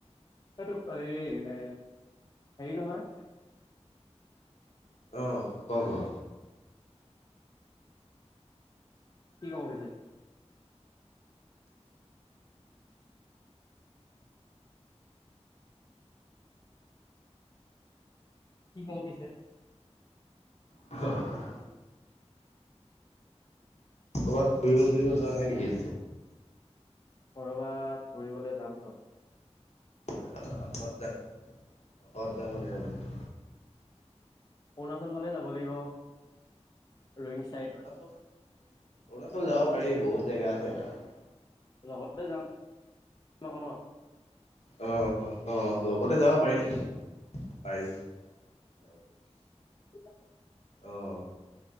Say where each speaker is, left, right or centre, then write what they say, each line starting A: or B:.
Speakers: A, on the left; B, on the left.
A: এইটোপ এই হে হেৰি নহয়?
B: অহ, কোৱা- কোৱা?
A: কি ক'ব পিছে? কি কওঁ পিছে?
B: হ <unintelligible> ক'বাত ফুৰিব চুৰিব যোৱা নাই নেকি?
A: কৰবাত ফুৰিবলে যাম ত'।
B: অ, ক'ত যাম- ক'ত যাম বুলি ভাবি <unintelligible>
A: অৰুণাচল ফালে যাব লাগিব। ৰয়িং
B: <unintelligible>
A: চাইড
B: অৰুণাচল যাব পাৰি বহুত জেগা আছে তাত।
A: লগতে যাম <unintelligible>
B: অ', <unintelligible> অহ, লগতে যাব পাৰি - পাৰি। <inaudible>
A: <unintelligible>
B: অ',